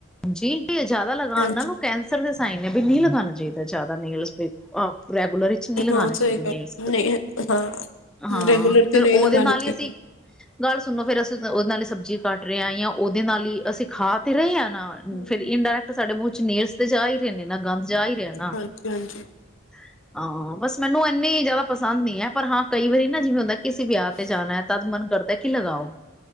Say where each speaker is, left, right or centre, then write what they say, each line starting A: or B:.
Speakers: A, in the centre; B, on the left.
A: ਜ ਜ਼ਿਆਦਾ ਲਗਾਉਣ
B: ਹਾਂਜੀ
A: ਨਾਲ ਉਹ ਕੈਂਸ ਫੇਰ ਦੇ ਸਾਈਨ ਵੀ ਨੀ ਲਗਾਣਾ ਚਾਹੀਦਾ ਜ਼ਿਆਦਾ ਨੇਲਜ ਰੈਗੂਲਰ ਜੀ ਨਹੀਂ ਲਗਾਉਣਾ
B: ਹਾਂ
A: ਚਾਹੀਦਾ
B: ਸਹੀ
A: ਨੇਲਜ਼
B: ਗੱਲ
A: ਕਦੀ
B: ਨਹੀਂ ਹਾਂ
A: ਹਾਂ
B: ਰੈਗੂਲਰ ਤੇ
A: ਫੇਰ
B: ਨਹੀਂ
A: ਉਹਦੇ
B: ਲਗਾਣਾ
A: ਨਾਲ ਹੀ
B: ਚਾਹੀਦਾ।
A: ਅਸੀਂ ਗੱਲ ਸੁਣੋ ਫੇਿਰ ਅਸੀਂ ਉਹਦੇ ਨਾਲ ਹੀ ਸਬਜ਼ੀ ਕੱਟ ਰਹੇ ਹਾਂ ਜਾਂ ਉਹਦੇ ਨਾਲ ਹੀ ਅਸੀਂ ਖਾ ਤੇ ਰਹੇ ਹਾਂ ਨਾ
B: ਹਮ
A: ਫੇਰ ਇੰਡ੍ਰਕਟ
B: ਹਮ
A: ਸਾਡੇ ਮੂੰਹ ਚ ਨੇਲਸ ਤੇ ਜਾ ਹੀ ਰਹੇ ਨੇ ਨਾ ਗੰਦ ਜਾ ਹੀ ਰਿਹਾ ਨਾ,
B: ਹਾਂਜੀ ਹਾਂਜੀ
A: <unintelligible> ਹਾਂ, ਬਸ ਮੈਨੂੰ ਇੰਨੀ ਜ਼ਿਆਦਾ ਪਸੰਦ ਨੀ ਹੈ ਪਰ ਹਾਂ ਕਈ ਵਾਰੀ ਨਾ ਜਿਵੇਂ ਹੁੰਦਾ ਕਿਸੇ ਵਿਆਹ ਤੇ ਜਾਣਾ। ਤਤ ਮਨ ਕਰਦਾ ਕਿ ਲਗਾਓ